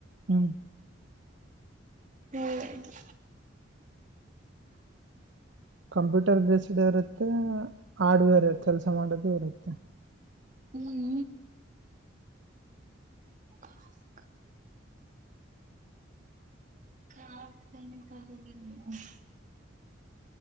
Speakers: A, on the right (about 65°); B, on the right (about 40°).
A: ಹ್ಮ
B: ಹ್ಮ್
A: ಕಂಪ್ಯೂಟರ್ ಬೇಸ್ಡ್ ಇರುತ್ತೆ ಹಾರ್ಡ್ವೇರ್ ಕೆಲಸ ಮಾಡೋದು ಇರುತ್ತೆ
B: ಹ್ಮ್ ಹ ಹಾನ